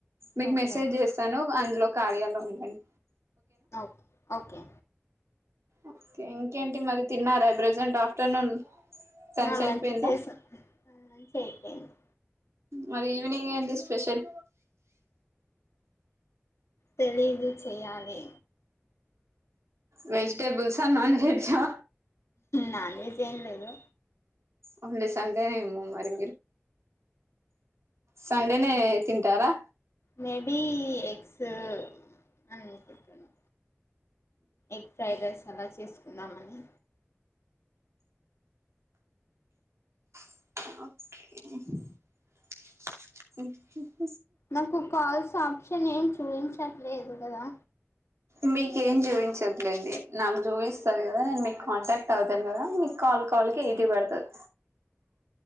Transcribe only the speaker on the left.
ఓకే
ఓకే ఓకే
అలాంచి
చేసా అలంచి అయిపోయింది
తెలీదు చెయాలి
నాన్ వెజ్ ఏం లేదు
మేబి ఎగ్స్ అని అనుకుంటున్నా ఎగ్ ఫ్రైడ్ రైస్ అలా చేసుకుందామని
నాకు కాల్స్ ఆప్షన్ ఏం చూపించట్లేదు కదా